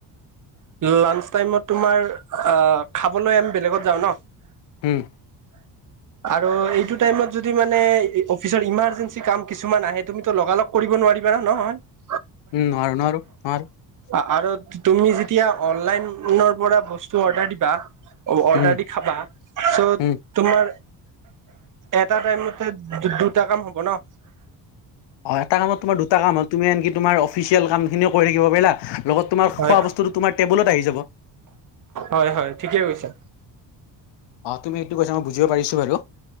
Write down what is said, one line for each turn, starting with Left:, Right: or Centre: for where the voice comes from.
Right: লানঞ্চ টাইমত তোমাৰ অহ খাবলৈ আমি বেলেগত যাও ন
Left: উম
Right: আৰু এইটো টাইমত যদি মানে অফিচত ইমাৰ্জেঞ্চি কাম কিছুমান আহে তুমি লগালগ কৰিব নোৱাৰিবা ন নহয় <unintelligible>
Left: উম হয় নোৱাৰো-নোৱাৰো <unintelligible>
Right: আৰু তুমি যেতিয়া অনলাইনৰ <unintelligible> পৰা বস্তু অৰ্ডাৰ দিবা অৰ্ডাৰ
Left: উম
Right: দি খাবা চ'
Left: উম
Right: তোমাৰ এটা টাইমতে দু-দুটা কাম হ'ব ন
Left: অ এটা কামত তোমাৰ দুটা কাম হ'ল তুমি আনকি তোমাৰ অফিচিয়েল কাম কামখিনিও কৰি থাকিব পাৰিলা লগত তোমাৰ খোৱা
Right: হয়
Left: বস্তুটো তোমাৰ টেবুলত আহি যাব
Right: হয়-হয় ঠিকে কৈছা।
Left: অ তুমি এইটো কৈছা মই বুজিব পাৰিছো বাৰু